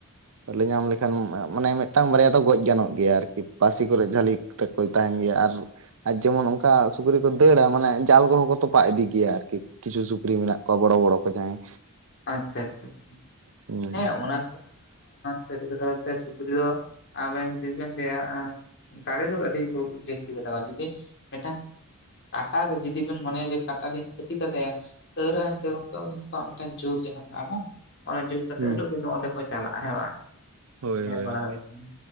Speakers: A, on the left; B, on the right.
A: ᱦᱩᱸ
B: ᱛᱟᱦᱚᱞᱮ ᱧᱟᱢ ᱞᱮᱠᱷᱟᱱ ᱢᱟᱱᱮ ᱢᱤᱫ ᱢᱤᱫᱴᱟᱝ ᱵᱟᱨᱭᱟ ᱫᱚ ᱜᱚᱡ ᱜᱟᱱᱚᱜ ᱜᱮᱭᱟ ᱟᱨᱠᱤ ᱯᱟᱹᱥᱤ ᱠᱚᱨᱮ ᱡᱷᱟᱹᱞᱤ ᱠᱟᱛᱮ ᱠᱚ ᱛᱟᱦᱮᱱ ᱜᱮᱭᱟ ᱟᱨ ᱟᱨ ᱡᱮᱢᱚᱱ ᱚᱱᱠᱟ ᱥᱩᱠᱨᱤ ᱠᱚ ᱫᱟᱹᱲᱟ ᱢᱟᱱᱮ ᱡᱟᱞ ᱠᱚᱦᱚᱸ ᱠᱚ ᱛᱚᱯᱟᱜ ᱤᱫᱤ ᱜᱮᱭᱟ ᱟᱨᱠᱤ ᱠᱤᱪᱷᱩ ᱥᱩᱠᱨᱤ ᱢᱮᱱᱟᱜ ᱠᱚᱣᱟ ᱵᱚᱲ ᱵᱚᱲ ᱠᱚ ᱡᱟᱦᱟᱭ,
A: ᱟᱪᱪᱷᱟ ᱟᱪᱪᱷᱟ
B: ᱦᱩᱸ
A: ᱦᱮᱸ ᱚᱱᱟ ᱥᱟᱨᱤ ᱠᱟᱛᱷᱟ ᱢᱮᱱ ᱥᱩᱠᱨᱤ ᱫᱚ ᱟᱵᱮᱱ ᱡᱤᱵᱮᱱ ᱞᱟᱹᱭᱟ᱾ ᱫᱟᱲᱮ ᱫᱚ ᱟᱹᱰᱤ ᱡᱟᱹᱥᱛᱤ ᱫᱟᱹᱲᱟ ᱠᱚᱣᱟ ᱡᱩᱫᱤ ᱢᱤᱫᱴᱟᱝ ᱠᱟᱴᱟ ᱨᱮ ᱡᱤᱫᱤ ᱵᱮᱱ ᱢᱚᱱᱮ ᱠᱟᱴᱟ ᱞᱤᱧ <unintelligible> ᱛᱟᱭᱟ ᱛᱟᱹᱶᱨᱮᱦᱚ ᱩᱱᱣᱟᱜ ᱢᱤᱫᱴᱟᱱ ᱡᱳᱨ ᱡᱟᱦᱟᱸ ᱢᱮᱱᱟᱜᱼᱟ ᱵᱟᱝ ᱚᱱᱟ ᱡᱳᱨ ᱠᱟᱛᱮᱜ
B: ᱦᱩᱸ
A: ᱚᱸᱰᱮ ᱠᱚ ᱪᱟᱞᱟᱜᱼᱟ ᱦᱮ ᱵᱟᱝ
B: ᱦᱳᱭ
A: ᱧᱮᱞ
B: ᱦᱳᱭ
A: ᱵᱟᱲᱟ
B: ᱦᱳᱭ
A: ᱦᱩᱭ ᱠᱟᱱᱟ